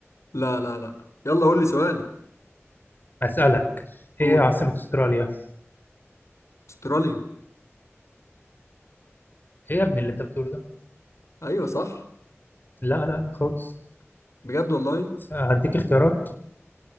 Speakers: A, on the left; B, on the left.
A: لا لا لا يلا قول لي سؤال
B: أسألك
A: قول
B: إيه عاصمة أستراليا
A: استراليا
B: ايه يا ابني اللي انت بتقوله ده
A: ايوه صح
B: لا لا لا خالص
A: بجد والله
B: هديك اختيارات